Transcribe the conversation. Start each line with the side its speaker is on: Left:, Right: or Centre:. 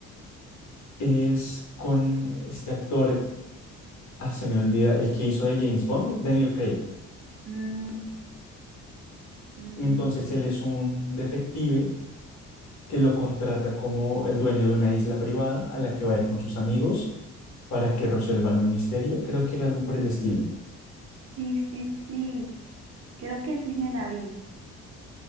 Left: Es con este actor Ah, se me olvida, el que hizo de James Bond, Daniel Craig.
Right: Mm, mm,
Left: Entonces él es un detective que lo contrata como el dueño de una isla privada a la que va a ir con sus amigos para que resuelvan un misterio. Creo que era algo por
Right: mm,
Left: el estilo.
Right: sí, sí, sí, creo que sí me la vi.